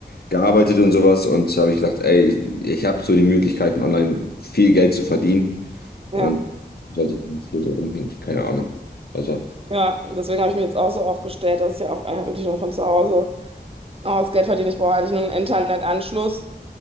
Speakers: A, on the left; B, on the right.
A: gearbeitet und sowas und habe ich gedacht, ey, ich habe so die Möglichkeiten, online viel Geld zu verdienen
B: Ja,
A: und sollte ich dann nicht hier so rumhängen, keine Ahnung. Also,
B: ja. Deswegen habe ich mir jetzt auch so aufgestellt, dass ich ja auch eigentlich wirklich nur von zu Hause aus Geld verdiene. Ich brauche eigentlich nur einen Internetanschluss